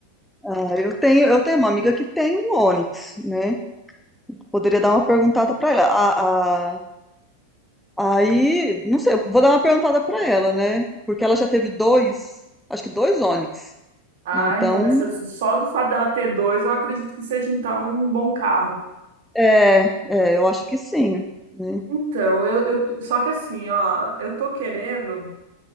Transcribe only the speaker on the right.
Ah,
então, mas só do fato dela ter dois, eu acredito que seja então um bom carro.
Então, eu, eu- só que assim, ó, eu tô querendo,